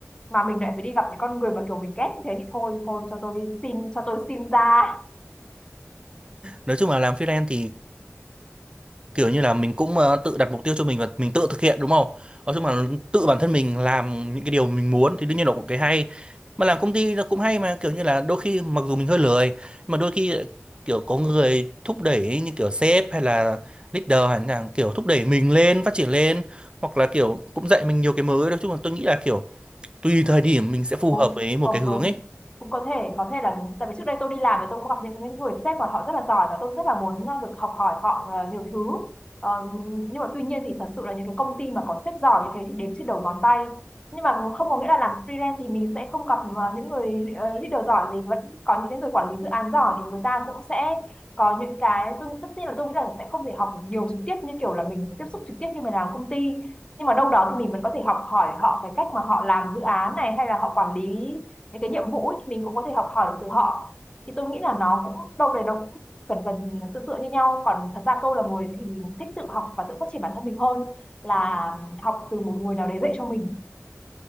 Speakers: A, on the left; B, on the right.
A: mà mình lại phải đi gặp những con người mà kiểu mình ghét như thế thì thôi thôi cho tôi xin cho tôi xin ra
B: nói chung là làm freelance thì kiểu như là mình cũng ờ, tự đặt mục tiêu cho mình và mình tự thực hiện đúng không? Nói chung là tự bản thân mình làm những cái điều mình muốn thì đương nhiên là cũng cái hay. Mà làm công ty nó cũng hay mà kiểu như là đôi khi mặc dù mình hơi lười nhưng mà đôi khi lại kiểu có người thúc đẩy như kiểu sếp hay là leader hay là kiểu thúc đẩy mình lên phát triển lên hoặc là kiểu cũng dạy mình nhiều cái mới nói chung là tôi nghĩ là kiểu tùy thời điểm mình sẽ phù
A: Cũng,
B: hợp với một
A: còn
B: cái hướng
A: đúng
B: ấy.
A: cũng có thể có thể là tại vì trước đây tôi đi làm thì tôi cũng gặp những những người sếp mà họ rất là giỏi và tôi rất là muốn ờ, được học hỏi họ ờ, nhiều thứ Ờ, nhưng mà tuy nhiên thì thật sự là những cái công ty mà có sếp giỏi như thế thì đếm trên đầu ngón tay nhưng mà không có nghĩa là làm freelance thì mình sẽ không gặp ờ, những người ờ, leader giỏi thì vẫn có những cái người quản lý dự án giỏi thì người ta cũng sẽ có những cái tôi tất nhiên là tôi nghĩ là sẽ không thể học nhiều trực tiếp như kiểu là mình tiếp xúc trực tiếp như mình làm công ty nhưng mà đâu đó thì mình vẫn có thể học hỏi họ cái cách mà họ làm dự án này hay là họ quản lý những cái nhiệm vụ ấy, thì mình cũng có thể học hỏi được từ họ thì tôi nghĩ là nó cũng đâu đấy nó cũng cần gần tương tự như nhau còn thật ra tôi là người thì mình thích tự học và tự phát triển bản thân mình hơn là học từ một người nào đấy dạy cho mình